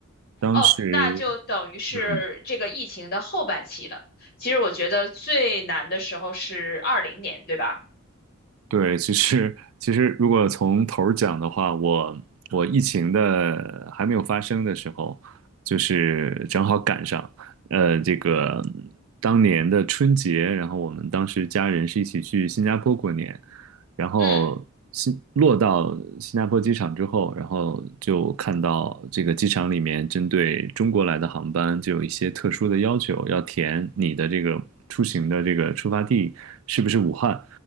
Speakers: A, on the right; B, on the left.
A: 当时。
B: 哦，那就等于是这个疫情的后半期了。
A: 嗯。
B: 其实我觉得最难的时候是二零年，对吧？
A: 对，其实其实如果从头儿讲的话，我我疫情的还没有发生的时候，就是正好赶上，呃，这个当年的春节，然后我们当时家人是一起去新加坡过年，然后新落到新加坡机场之后，
B: 嗯，
A: 然后就看到这个机场里面针对中国来的航班就有一些特殊的要求，要填你的这个出行的这个出发地是不是武汉。